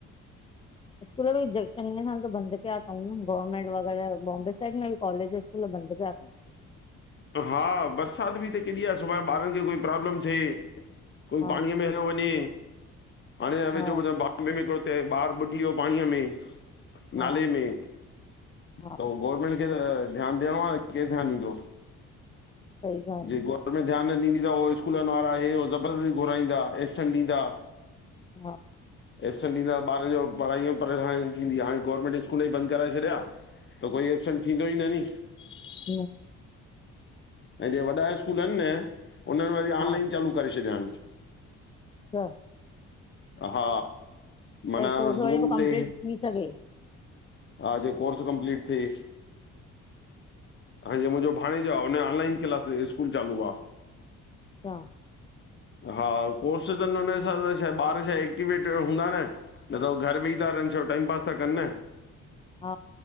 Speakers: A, on the left; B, on the left.
A: स्कूल बि चङे सां त बंद किया थऊनि गवर्नमेंट वग़ैरह बॉम्बे साइड में कॉलेज स्कूल बंदिया कया त उनि।
B: हा बरसात बि त केॾी आ, सुभाणे ॿारनि खे कोई प्रॉब्लम थिए कोई
A: हा
B: पाणीअ में ह वञे हाणे
A: हा
B: वेझो ॿुधो बॉम्बे में हिकडो ॿारु बुॾी वियो पाणीअ में।
A: हा
B: नाले में।
A: हा
B: त गवरमेंट खे त ध्यान ॾियणो आ न, केरु ध्यान ॾींदो
A: सही ॻाल्हि
B: जे ग गोवरमेंट ध्यान ॾीदी त उहो स्कूलन वारा हे हो ज़बरस्ती घुराईंदा एक्शन ॾींदा
A: हा।
B: एबसेंट ॾींदा ॿारनि जो पढ़ाईअ में परेशानि थींदी हाणे गवर्नमेंट स्कूल ही बंद कराए छॾिया। त कोई एबसेंट थींदो ही न नी।
A: <unintelligible>
B: ऐं जे वॾा स्कूल आहिनि न उन्हनि वरी
A: हा
B: ऑनलाइन चालू करे छॾिया आहिनि।
A: अच्छा
B: हा माना
A: भई कोर्स वरी
B: ज़ूम
A: पोइ कंप्लीट
B: ते
A: थी सघे
B: हा जीअं कोर्स कमपलीट थे। हाणे मुंहिंजो भाणेजो आ हुन जो ऑनलाइन क्लास, स्कूल चालू आ।
A: अच्छा
B: हा कोर्स त न हुन हिसाब ॿार छा एक्टिवेट हूंदा न। न त उह घर बही था रहनि छडो टाइम पास था कनि न।
A: हा